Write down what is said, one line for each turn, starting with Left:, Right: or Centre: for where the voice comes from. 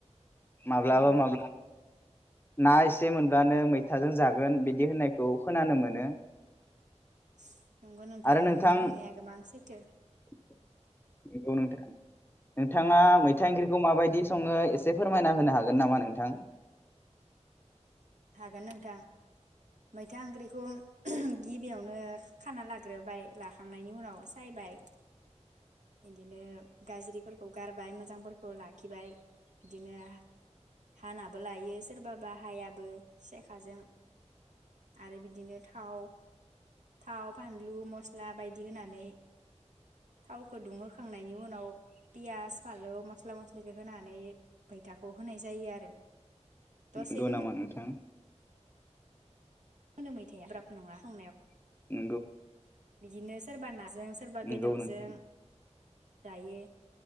Left: माब्लाबा
Right: नंगौ नोंथां
Left: माब्लाबा ना एसे मोनब्लानो मैथाजों जागोन बिदि होननायखौ खोनानो मोनो
Right: <inaudible>
Left: आरो
Right: नोंनि
Left: नोंथां
Right: बुंनाया
Left: नंगौ
Right: गोबां सैथो
Left: नोंथां नोंथाङा मै था इंख्रिखौ माबायदि सङो एसे फोरमायना होनो हागोन नामा नोंथां?
Right: हागोन नोंथां मैथा ओंख्रिखौ गिबियावनो खाना लाग्रोबाय लाखांनायनि उनाव सायबाय बिदिनो गाज्रिफोरखौ गारबाय मोजांफोरखौ लाखिबाय बिदिनो हानाबो लायो सोरबाबा हायाबो सेखाजों आरो बिदिनो थाव थाव फानलु मस्ला बायदि होनानै थाव फुदुंहोखांनायनि उनाव पियास फानलौ मस्ला मस्लिखौ होनानै मैथाखौ होनाय जायो आरो दसेनो
Left: नंगौ नामा नोंथां
Right: मोनो मैथाया गोब्राब नङा संनायाव
Left: नंगौ
Right: बिदिनो सोरबा ना जों सोरबा
Left: नंगौ
Right: बेदरजों
Left: नोंथां
Right: जायो